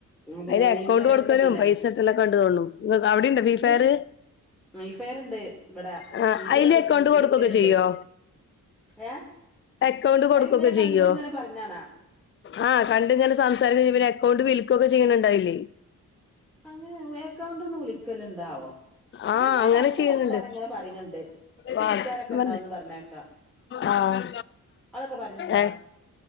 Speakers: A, in the centre; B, on the left (about 35°).
A: അതന്നെ
B: അന്
A: ഫ്രീ
B: അക്കൗണ്ട്
A: ഫയറിന്റെ
B: കൊടുക്കാനും
A: ഇതിലാണ്
B: പൈസെല്ലാം കണ്ട തൊും അവിടെ
A: ഇന്ന്
B: പേര്
A: ഫ്രീ ഫയറ്ണ്ട് ഇബടെ
B: ആ
A: ടീച്ചറ്
B: അതില അക്കൗണ്ട്
A: വിളിക്കല്ണ്ട്
B: കൊടുക്കൊക്കെ ചെയ്യോ
A: ഏഹ്
B: അക്കൗണ്ട് കൊടുക്കൊക്കെ
A: അവരിങ്ങനെ കണ്ട്
B: ചെയ്യോ
A: ഇങ്ങനെ പറഞ്ഞാണാ
B: ആ കണ്ട ഇങ്ങനെ സംസാരിക്ക പിന്നെ അക്കൗണ്ട് വിൽക്കൊക്കെ ചെയ്യണണ്ടായില്ലേ
A: അങ്ങനെ ഏക്കൗണ്ട ഒന്ന് വിളിക്കലുണ്ടാവോ ഇവരിങ്ങനെ
B: ആഹ അങ്ങനെ
A: കണ്ട്
B: ചെയ്യുന്നുണ്ട്
A: വർത്താനം ഇങ്ങനെ പറയണണ്ട് ഹിന്ദിക്കാരൊക്കെ
B: വർത്ത്
A: ഉണ്ടാവുന്ന്
B: ന്ന്ണ്ട്
A: പറഞ്ഞേക്കാ
B: ആഹ്
A: അതൊക്കെ പറയണുണ്ടാ
B: ഏഹ്